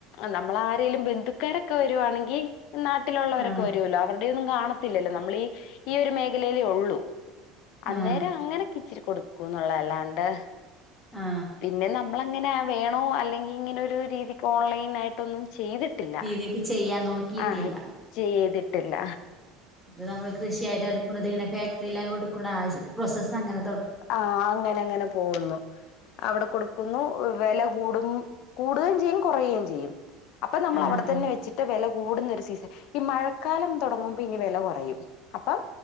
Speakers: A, on the left (about 65°); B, in the centre.
A: നമ്മള് ആരേലും ബന്ധ <unintelligible> ക്കാരൊക്കെ വരുവാണെങ്കി നാട്ടിലുള്ളവരൊക്കെ
B: ആ
A: വരുല്ലോ അവർ ടെയൊന്നും കാണത്തില്ലല്ലോ നമ്മളീ ഈ യൊരു മേഖലയിലേ ഒള്ളൂ
B: ആ
A: അന്നേരം
B: ആ
A: അങ്ങനെകിച്ചിരി കൊടു ക്കും ന്നല്ലാണ്ട്
B: ആ
A: പിന്നെ നമ്മളങ്ങനെ വേണോ അല്ലെങ്കിങ്ങനെ ഒരു രീതിക്ക് ഓൺലൈൻ ആയിട്ടൊന്നും ചെയ്തിട്ടില്ല
B: രീതിക്ക് ചെയ്യാൻ നോക്കിയിട്ടില്ല
A: ആ ചെയ്തിട്ട ട്ടില്ല
B: ഇത് നമ്മള് കൃഷിയായിട്ട്ടുക്കുന്നതിനെ ഫാക്ടറില് കൊടുക്കുണ പ്രൊസസ്സങ്ങനെ
A: ആ അങ്ങനെ ങ്ങനെ പോകുന്നു അവിടെ കൊടുക്കുന്നു വെല കൂടും കൂടുകയും ചെയ്യും കുറയുകയും ചെയ്യും അപ്പൊ നമ്മള്
B: ആ
A: അവിടെ
B: ആ
A: തന്നെ വെച്ചിട്ട് വെല കൂ കൂടുന്നൊരു സീസൺ ഈ മഴക്കാലം തുടങ്ങുമ്പോ ഇനി വെല കൊറയും അപ്പം